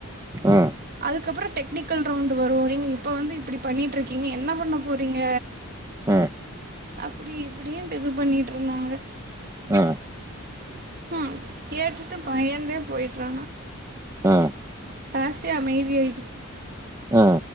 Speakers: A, on the right; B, on the right.
A: ஆ
B: அதுக்கப்றோ டெக்னிக்கல் ரவுண்ட்டு வரு நீங்க இப்ப வந்து ண்ணிட்ருக்கீங்க என்ன பண்ண போறீங்க
A: ஆ
B: அப்டி இப்டின்ட்டு இது பண்ணிட்ருந்தாங்க
A: ஆ
B: ம் கேட்டுட்டு பயந்தே போய்ட்றானா
A: ஆ
B: க்ளாஸே அமைதியாயிடுச்சு
A: ஆ